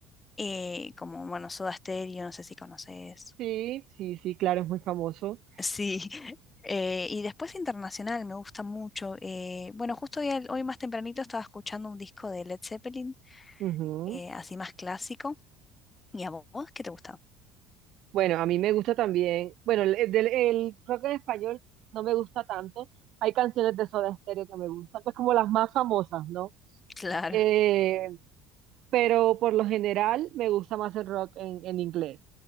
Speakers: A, on the left; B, on the right.
A: eh, como, bueno, Soda Stereo, no sé si conoces.
B: Sí, sí, sí, claro, es muy famoso.
A: Sí, <laughs> eh, y después internacional me gusta mucho. eh, bueno, justo hoy, al- hoy más tempranito estaba escuchando un disco de Led Zeppelin,
B: Ujú.
A: eh, así más clásico. ¿Y a vos qué te gusta?
B: Bueno, a mí me gusta también, bueno, el, el- el rock en español no me gusta tanto. Hay canciones de Soda Stereo que me gustan, pues como las más famosas, ¿no?
A: Claro,
B: Eh, pero por lo general me gusta más el rock en, en inglés.